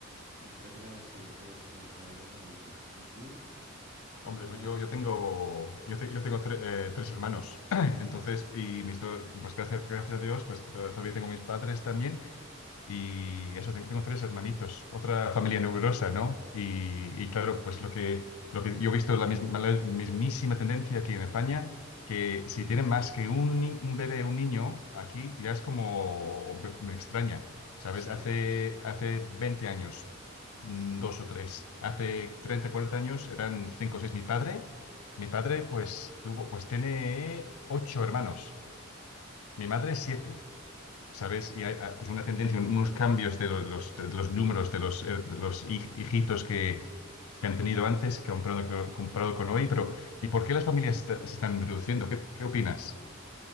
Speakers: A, on the right (about 30°); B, on the left (about 85°).
A: siempre agradecido por, por esa bella familia. ¿Y tú? Cuéntame
B: Hombre, pues
A: de
B: yo,
A: tu
B: yo
A: familia.
B: tengo, yo, te- yo tengo tre- eh, tres hermanos. <clears throat> Entonces, y mis dos, pues gracias, gracias a Dios, pues to- todavía tengo mis padres también. Y eso, te- tengo tres hermanitos, otra familia numerosa, ¿no? Y, y claro, pues lo que, lo que yo he visto la misma, la mismísima tendencia aquí en España, que si tienen más que un, ni- un bebé, un niño, aquí ya es como, me me extraña, ¿sabes?
A: Sí,
B: Hace, hace 20 años, mm,
A: s-
B: dos o tres, hace 30 40 años eran cinco o seis. Mi padre, mi padre pues tuvo, pues tiene ocho hermanos, mi madre siete. ¿sabes? Y hay ah, pues una tendencia, unos cambios de lo- los, de los números, de los, eh, de los hij- hijitos que, que han tenido antes, que han comprado, comprado con hoy, pero ¿y por qué las familias esta- se están reduciendo? ¿Qué, qué opinas?